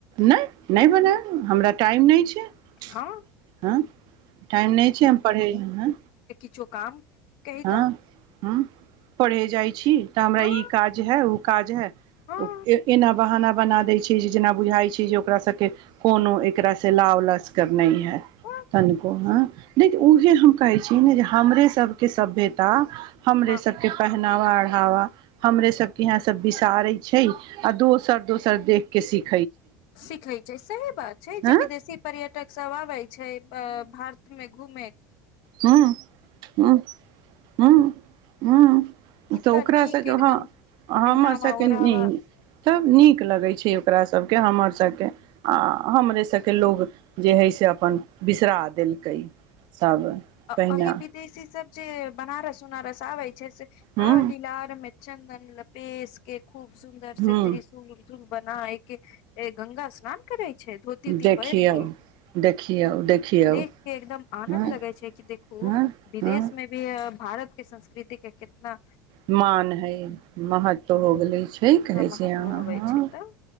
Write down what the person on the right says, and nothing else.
नहि बनायब हमरा टाइम नहि छै ह
टाइम नहि छै हम पढ़ै हे
हँ
ह पढ़े जाइ छी तऽ हमरा
ई काज है काज है
एना बहाना बना दै छी जे जेना बुझाइ छै जे ओकरा सबके कोनो एकरा से लाव लस्कर नहि है
तनिको ह नहि उहे हम कहै छी ने जे हमरे सब के सभ्यता हमरे
सबके पेहने ला वा अढ़ावा हमरे सब के यहा सब बिसारे छै आ दोसर दोसर देख के सीख
हँ
हँ हँ हँ हँ
तऽ ओकरा
हं
हमर
सभके
तब नीक लगैत छै ओकरा सभके हमर सभके आ हमरे सभके लोग जे हइ से अपन बिसरा देलकै सब तहिना
हूं
हूं
देखियौ
देखियौ देखियौ
हँ
हँ
हँ
मान है महत्व हो गेले छै
कहै
छै अहाँ